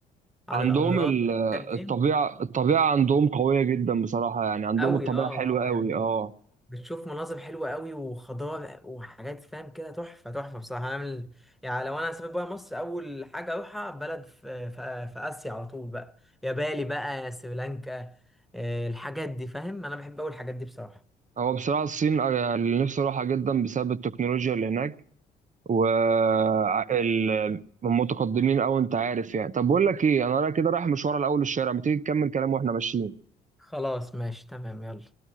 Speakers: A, in the centre; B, on the right.
A: عن
B: عندهم
A: الأمراض
B: ال-
A: والحاجات دي
B: الطبيعة الطبيعة عندهم قوية جدا بصراحة يعني عندهم
A: أوي
B: الطبيعة
A: أه
B: حلوة
A: أه
B: قوي
A: يعني
B: اه
A: بتشوف مناظر حلوة أوي وخضار وحاجات فاهم كده تحفة تحفة بصراحة أنا من... يعني لو أنا هسافر بره مصر أول حاجة أروحها بلد في... في... في آسيا على طول بقى يا بالي بقى يا سريلانكا آه، الحاجات دي فاهم أنا بحب أوي الحاجات دي بصراحة
B: هو بصراحة الصين أنا اللي نفسي أروحها جدا بسبب التكنولوجيا اللي هناك و ال- متقدمين أوي أنت عارف يعني طب بقول لك إيه أنا رايح كده رايح مشوار الأول الشارع ما تيجي تكمل كلام وإحنا ماشيين
A: خلاص ماشي تمام يلا